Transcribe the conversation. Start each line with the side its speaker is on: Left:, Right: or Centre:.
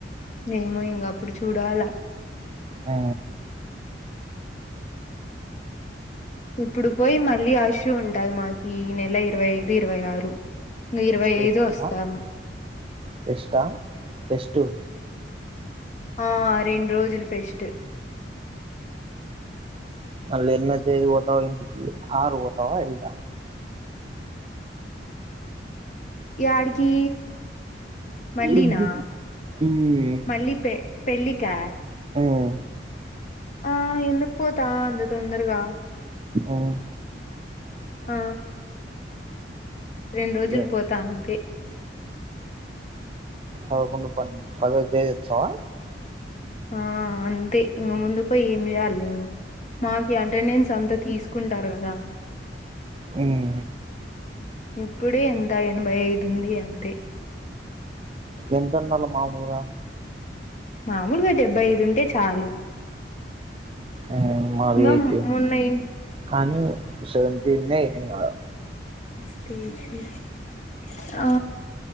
Left: ఏమో ఇంగ అప్పుడు చూడాల
Right: ఉ
Left: ఇప్పుడు పోయి మళ్ళీ అషూ ఉంటది మాకి ఈ నెల ఇరవై ఐదు ఇరవై ఆరు మే ఇరవై
Right: ఫెస్టా
Left: ఐదు వస్తావా
Right: ఫెస్టా ఫెస్టు
Left: ఆ రెండు రోజులు ఫెస్ట్
Right: మళ్ళ ఎన్నో తేది పోతావ్ ఇంటికి ఆరు పోతావా ఐద
Left: యాడికి మళ్ళీనా
Right: ఇంటికి ఉమ్.
Left: మళ్ళీ పె పెళ్లి కా
Right: ఉమ్,
Left: ఆ ఎందుకు పోతా అంత తొందరగా
Right: ఉమ్,
Left: ఆ రెండు రోజులు
Right: ఏ,
Left: పోతా అంతే
Right: పదకొండు పన్నెండు పదో తేది వచ్చావా
Left: ఆ అంతే ఇంక ముందు పోయి ఏం చేయాలి నేను మాకి అటెండెన్స్ అంతా తీసుకుంటారు కదా
Right: ఉమ్
Left: ఇప్పుడే ఎంత ఎనభై ఐదు ఉంది అంతే
Right: ఎంత ఉండాల మామూలుగా
Left: మామూలుగా డెబ్బై ఐదు ఉంటే చాలు
Right: ఆ మావి
Left: ఇంగ
Right: ఎయిట్
Left: మొన్న ఇన్-
Right: కానీ సేవేంటి ఉన్న ఎం కాదు
Left: <inaudible> ఆ